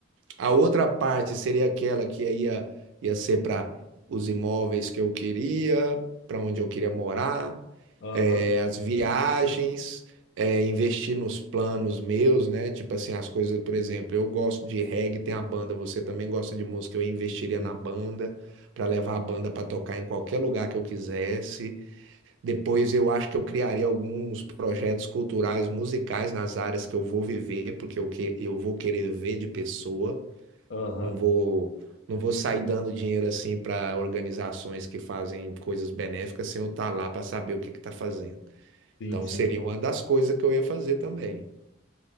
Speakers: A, on the right; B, on the left.
A: A outra parte seria aquela que aí ia, ia ser para os imóveis que eu queria, para onde eu queria morar,
B: Aham,
A: eh, as viagens, eh, investir nos planos meus, né? Tipo assim, as coisas, por exemplo, eu gosto de reggae, tem a banda, você também gosta de música, eu investiria
B: sim.
A: na banda. Para levar a banda para tocar em qualquer lugar que eu quisesse. Depois eu acho que eu criaria alguns projetos culturais, musicais nas áreas que eu vou viver, porque eu, que, eu vou querer ver de pessoa.
B: Aham,
A: Não vou, não vou sair dando dinheiro assim para organizações que fazem coisas benéficas sem eu estar lá para saber o que que está fazendo.
B: sim,
A: Então
B: sim.
A: seria uma das coisas que eu ia fazer também.